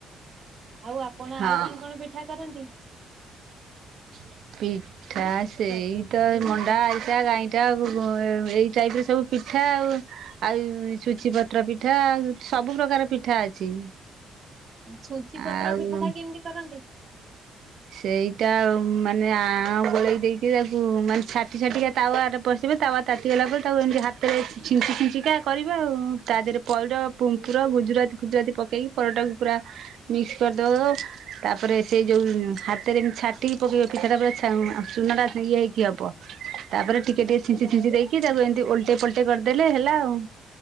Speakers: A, on the right; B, on the right.
A: ଆଉ ଆପଣ
B: ହଁ ହଁ
A: ଆଉ କଣ କଣ ପିଠା କରନ୍ତି।
B: <unintelligible> ଖାସ ସେଇ ତ ମଣ୍ଡା ଆରିସା ଗାଇଁଠା ଏଇ ଟାଇପର ସବୁ ପିଠା ଆଉ ଆଉ ସୁୁଚି ପତ୍ର ପିଠା ସବୁ ପ୍ରକାର ପିଠା ଅଛି।
A: ଛୁଞ୍ଚି ପତ୍ର
B: ଆଉ
A: ପିଠା ଟା କେମିତି କରନ୍ତି?
B: ସେଇଟା ମାନେ ଆ ଗୋଳେଇ ଦେଇକି ତାକୁ ମାନେ ଛାଟି ଛାଟିକା ତାୱାରେ ପଶିବ ତାୱା ତାତିଗଲା ପରେ ତାକୁ ଏମିତି ହାତରେ ଛିଞ୍ଚି ଛିଞ୍ଚିକା କରିବେ ଆଉ ତା ଦେହରେ ପଇଡ ପୁଙ୍କୁୁରା ଗୁଜୁରାତି ଫୁଜୁରାତି ପକେଇକି ପରଟାକୁ ପୁରା ମିକ୍ସ କରିଦବ ତାପରେ ସେଇ ଯୋଉ ହାତରେ ଏମିତି ଛାଟିକି ପକେଇବ ପିଠାଟା ପୁରା ଚୁନା ଇଏ ହେଇକି ହବ ତାପରେ ଟିକେ ଟିକେ ଛିଞ୍ଚି ଛିଞ୍ଚି ଦେଇକି ତାକୁ ଏମିତି ଓଲଟେ ପଲଟେଇ କରିଦେଲେ ହେଲା ଆଉ।